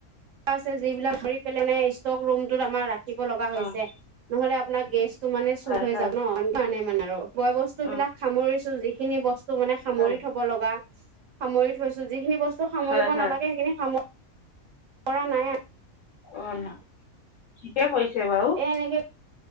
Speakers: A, on the right (about 65°); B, on the left (about 65°).
A: আছে যিবিলাক পেলে মানে ষ্টক ৰুমটোত আমাৰ ৰাখিব লগা হৈছে
B: অঁ
A: নহ'লে আপোনাৰ গেছ টো মানে চুৰ
B: হয়
A: হৈ
B: হয়
A: যাব ন <unintelligible> কাৰণে মানে আৰু বয় বস্তু
B: অঁ
A: বিলাক সামৰিছো যিখিনি বস্তু মানে সামৰি
B: হয়
A: থ'ব লগা সামৰি থৈছো, যিখিনি বস্তু সামৰিব
B: হয় হয়
A: নালাগে সেইখিনি সাম মৰা নাই আৰু।
B: অ' ন ঠিকে কৰিছে বাৰু।
A: এ এনেকে